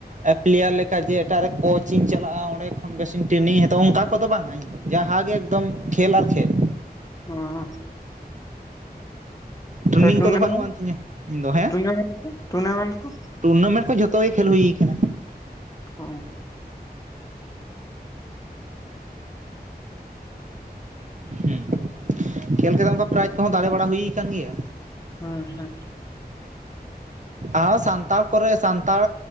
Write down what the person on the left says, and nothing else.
ᱦᱮᱸ
ᱛᱚ ᱴᱩᱨᱱᱟᱢᱴ
ᱴᱩᱨᱱᱟᱢᱮᱱᱴ ᱠᱚ ᱴᱩᱨᱱᱟᱢᱮᱱᱴ ᱠᱚ
ᱦᱮᱸ
ᱦᱩᱸ ᱦᱩᱸ